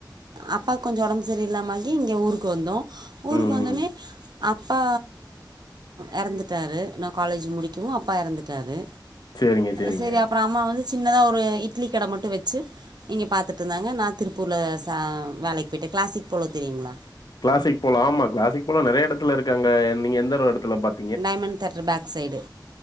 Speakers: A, on the right; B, on the left.
A: அப்பாக்கு கொஞ்சோ ஒடம்பு சரி இல்லாம ஆகி இங்க ஊருக்கு வந்தோ ஊருக்கு
B: ம்,
A: வந்தோனே
B: ம்.
A: அப்பா எறந்துட்டாரு நா காலேஜ் முடிக்கும்வு அப்பா எறந்துட்டாரு
B: சரிங்க, சரிங்க.
A: செரி அப்றோ அம்மா வந்து சின்னதா ஒரு இட்லி கட மட்டு வச்சு இங்க பாத்துட்டு இருந்தாங்க நா திருப்பூர்ல ச வேலைக்கு போயிட்டே கிளாசிக் போலோ தெரியுங்களா
B: கிளாசிக் போலோ ஆமா கிளாசிக் போலோ நெறைய எடத்துல இருக்கு அங்க நீங்க எந்த ஒரு எடத்துல பாத்
A: டைமண்ட் தேட்டர் பேக் சைடு